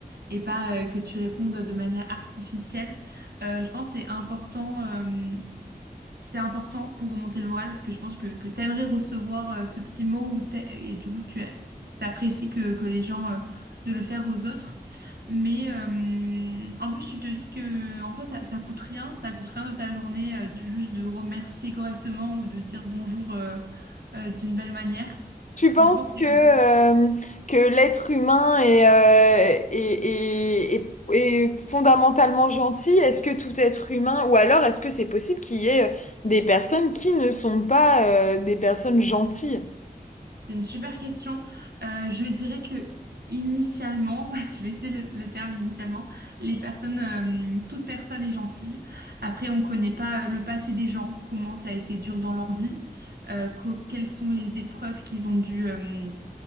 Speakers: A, on the right; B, on the left.
A: et pas euh, que tu répondes de manière artificielle. Euh, je pense que c'est important, euh, c'est important pour remonter le moral parce que je pense que, que tu aimerais recevoir euh, ce petit mot ou t'a- et du coup tu apprécies que, que les gens euh, de le faire aux autres. Mais euh, en plus, tu te dis que en soi, ça, ça coûte rien, ça coûte rien de ta journée, euh, du- juste de remercier correctement ou de dire bonjour euh, euh, d'une belle manière.
B: Tu penses
A: Donc je pense que
B: que,
A: c'est
B: euh, que l'être humain est, euh, est, est- est- est fondamentalement gentil? Est-ce que tout être humain, ou alors est-ce que c'est possible qu'il y ait euh, des personnes qui ne sont pas euh, des personnes gentilles?
A: C'est une super question. Euh, je dirais que initialement, <laughs> je vais essayer le, le terme initialement, les personnes, euh, toute personne est gentille. Après, on ne connaît pas euh, le passé des gens, comment ça a été dur dans leur vie, euh, co- quelles sont les épreuves qu'ils ont dû, euh,